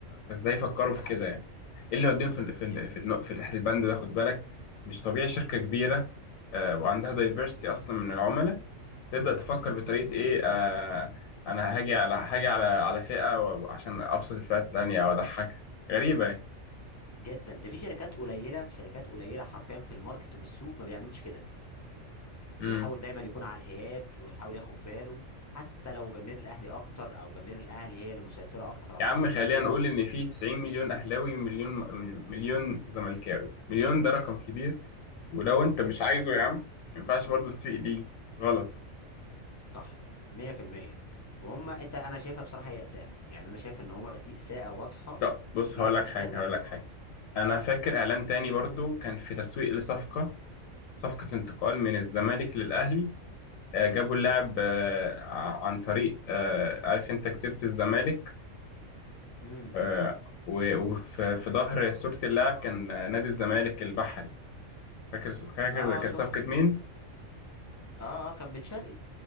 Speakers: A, on the left; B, on the left.
A: فازاي فكروا
B: ده
A: في
B: حقيقه
A: كده يعني ايه اللي وديهم في ال- في ال-
B: يعني
A: في, الن- في تحت البند ده خد بالك مش طبيعي شركة كبيرة آه، وعندها دايفرستي اصلا من العملاء تبدأ تفكر بطريقة ايه آه، انا هاجي على هاجي على على فئة و- عشان ابسط الفئة التانية او اضحكها غريبة
B: جدا ده في شركات قليله شركات قليله حرفيا في الماركت وفي السوق ما بيعملوش كده
A: يعني
B: بيحاول دايما يكون على الحياد ويحاول ياخد باله حتى لو جماهير الاهلي اكتر او جماهير الاهلي هي اللي مسيطره اكتر على
A: يا
B: السوشيال
A: عم خلينا
B: ميديا
A: نقول إن في 90 مليون أهلاوي ومليون مليون زملكاوي مليون ده رقم كبير ولو أنت مش عايزه يا عم ما ينفعش برضه تسيء ليه غلط
B: صح 100% وهم انت انا شايفها بصراحه هي اساءه يعني انا شايف ان هم دي اساءه واضحه
A: لا بص
B: كبيره
A: هقول
B: جدا
A: لك حاجة هقول لك حاجة أنا فاكر إعلان تاني برضه كان في تسويق لصفقة صفقة انتقال من الزمالك للأهلي آه، جابوا اللاعب آه، ع- عن طريق آه، عارف أنت جزيرة الزمالك
B: امم
A: آه،
B: امم
A: و- وفي في ظهر صورة اللاعب كان آه، نادي الزمالك البحري فاكر فاكر
B: اه
A: كانت
B: شفت
A: صفقة مين؟
B: اه اه كان بن شرقي